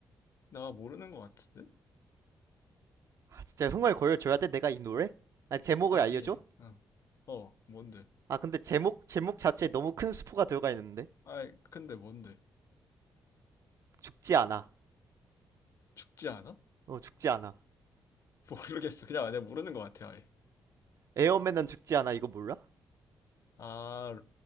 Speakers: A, on the left (about 55°); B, on the right (about 55°).
A: 나 모르는 것 같은데?
B: 진짜 흥얼 거려줘야 돼, 내가 이 노래? 아, 제목을
A: 아니,
B: 알려줘?
A: 어. 어, 뭔데?
B: 아, 근데 제목 제목 자체에 너무 큰 스포가 들어가 있는데.
A: 아이, 근데 뭔데?
B: 죽지 않아.
A: 죽지 않아?
B: 어, 죽지 않아.
A: 모르겠어. 그냥 내가 모르는 것 같아, 아예.
B: 에어맨은 죽지 않아. 이거 몰라?
A: 아,